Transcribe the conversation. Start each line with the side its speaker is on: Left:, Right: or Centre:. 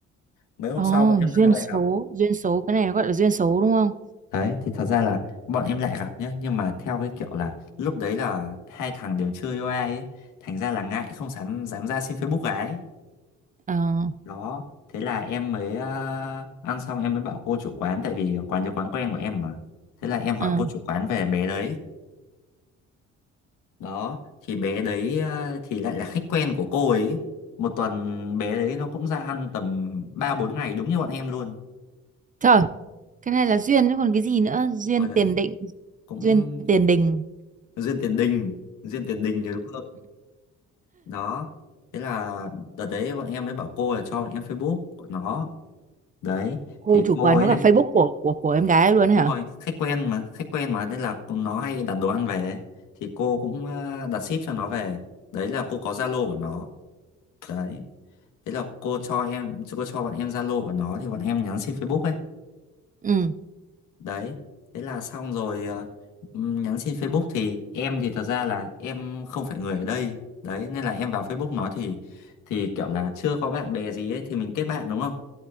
Left: mấy hôm
Right: Ồ,
Left: sau bọn
Right: duyên
Left: em lại
Right: số.
Left: gặp
Right: Duyên số. Cái này nó gọi là duyên số đúng không?
Left: đấy thì thật ra là bọn em lại gặp nhá nhưng mà theo cái kiểu là lúc đấy là hai thằng đều chưa yêu ai ấy thành ra là ngại không dám dám ra xin Facebook gái
Right: Ờ,
Left: đó thế là em mới ờ, ăn xong em mới bảo cô chủ quán tại vì quán đấy quán quen của em mà thế là em hỏi
Right: ờ.
Left: cô chủ quán về bé đấy đó thì bé đấy ờ, thì lại là khách quen của cô ấy một tuần bé đấy nó cũng ra ăn tầm ba bốn ngày đúng như bọn em luôn
Right: Trời, cái này là duyên chứ còn cái gì nữa? Duyên
Left: ở đấy
Right: tiền định.
Left: cũng
Right: Duyên tiền đình.
Left: duyên tiền đình duyên tiền đình thì đúng hơn đó thế là đợt đấy bọn em mới bảo cô là cho bọn em Facebook của nó đấy
Right: Cô
Left: thì
Right: chủ
Left: cô
Right: quán
Left: ấy
Right: có cả
Left: lại
Right: Facebook của của của em gái luôn ấy
Left: Đúng
Right: hả?
Left: rồi, khách quen mà, khách quen mà nên là nó hay đặt đồ ăn về ấy. Thì cô cũng ờ, đặt ship cho nó về. Đấy là cô có Zalo của nó. Đấy. Thế là cô cho em cô cho bọn em Zalo của nó thì bọn em nhắn xin Facebook ấy.
Right: Ừ.
Left: Đấy. Thế là xong rồi ờ, nhắn xin Facebook thì em thì thật ra là em không phải người ở đây. Đấy nên là em vào Facebook nó thì thì kiểu là chưa có bạn bè gì ấy thì mình kết bạn đúng không?